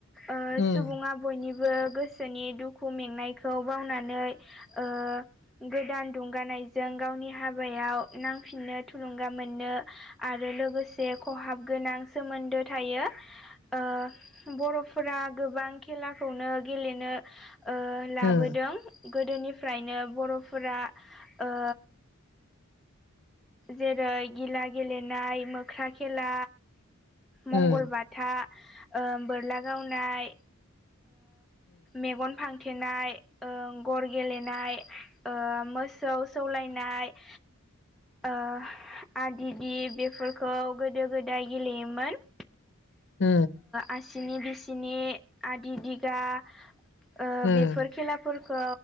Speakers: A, in the centre; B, on the left (about 55°).
A: ओ
B: उम
A: सुबुङा बयनिबो गोसोनि दुखु मेंनायखौ बावनानै ओ गोदान दुंगानायजों गावनि हाबायाव नांफिननो थुलुंगा मोननो आरो लोगोसे खहाब गोनां सोमोन्दो थायो ओ बर'फोरा गोबां खेलाखौनो गेलेनो ओ लाबोदों
B: उम
A: गोदोनिफ्रायनो बर'फोरा ओ जेरै गिला गेलेनाय मोख्रा खेला मंगलबार
B: उम
A: फा बोरला गावनाय मेगन फां थेनाय गर गेलेनाय ओ मोसौ सौलायनाय ओ आदि दि बेफोरखौ गोदो गोदाय गेलेयोमोन
B: उम
A: आसिनि बिसिनि आदि दिगा ओ
B: उम
A: बेफोर खेलाफोरखौ